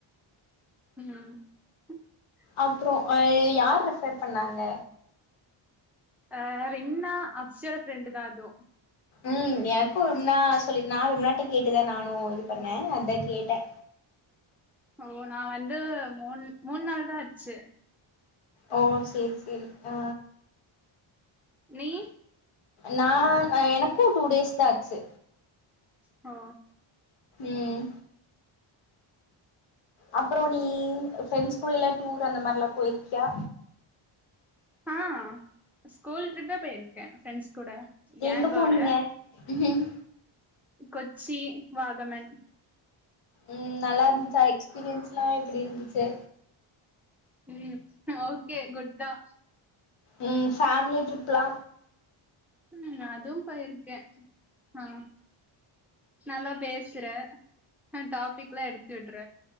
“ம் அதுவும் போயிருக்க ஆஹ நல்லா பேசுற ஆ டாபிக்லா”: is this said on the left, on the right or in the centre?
Centre